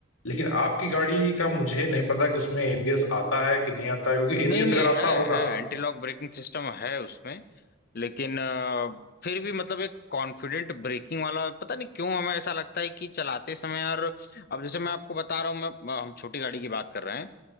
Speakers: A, on the left; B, on the left.
A: लेकिन आपकी गाड़ी का मुझे नहीं पता कि उसमें एबीएस आता है कि नहीं आता है क्योंकि एबीएस
B: नहीं नहीं
A: अगर आता
B: है
A: होगा
B: है एंटी लॉक ब्रेकिंग सिस्टम है उसमें लेकिन अ, फिर भी मतलब एक कॉन्फिडेंट ब्रेकिंग वाला पता नहीं क्यों हमें ऐसा लगता है कि चलाते समय यार अब जैसे मैं आपको बता रहा हूँ मैं हम छोटी गाड़ी की बात कर रहे हैं